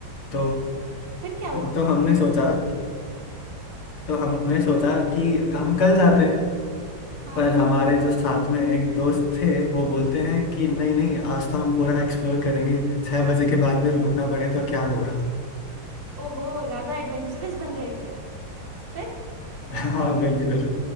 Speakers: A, on the left; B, on the right.
A: तो
B: फिर क्या हुआ
A: तो हमने सोचा कि तो हमने सोचा कि हम कल जाते हैं
B: हाँ
A: पर हमारे जो साथ में एक दोस्त थे वो बोलते हैं कि नहीं नहीं आज तो हम पूरा एक्सप्लोर करेंगे छह बजे के बाद भी रुकना पड़े तो क्या होगा
B: ओहो ज्यादा एडवेंचरस बन रहे थे फिर
A: <laughs> हाँ बिल्कुल